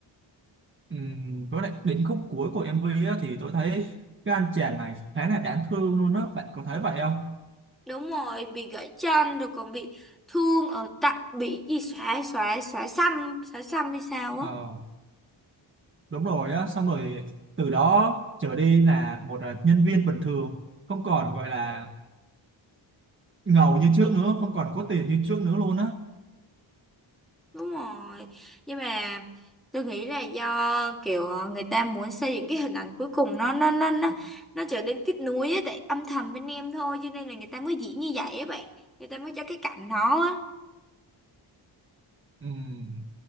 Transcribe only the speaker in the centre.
<laughs> Đúng rồi, bị gãy chân rồi còn bị thương ở tặng bị gì xóa xóa xóa xăm, xóa xăm hay sao
á.
Đúng rồi. Nhưng mà tôi nghĩ là do kiểu ờ, người ta muốn xây dựng cái hình ảnh cuối cùng nó nó nó nó nó trở nên kết nối ấy, tại âm thầm bên em thôi cho nên là người ta mới diễn như vậy á bạn. Người ta mới cho cái cảnh đó á.